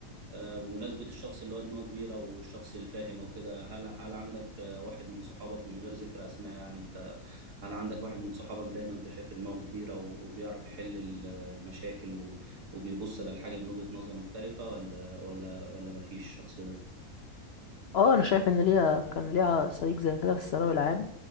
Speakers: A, on the right; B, on the left.
A: آه، بمناسبة الشخص اللي هو دماغه كبيرة والشخص الفاهم أو كده هل هل عندك آه، واحد من صحابك من غير ذكر أسماء يعني أنت هل عندك واحد من صحابك دايما أنت شايف دماغه كبيرة و- وبيعرف يحل ال- المشاكل و- وبيبص للحاجة من وجهة نظر مختلفة ولا ولا ولا مفيش الشخص ده؟
B: اه انا شايف ان ليا كان ليا صديق زي كده في الثانوي العام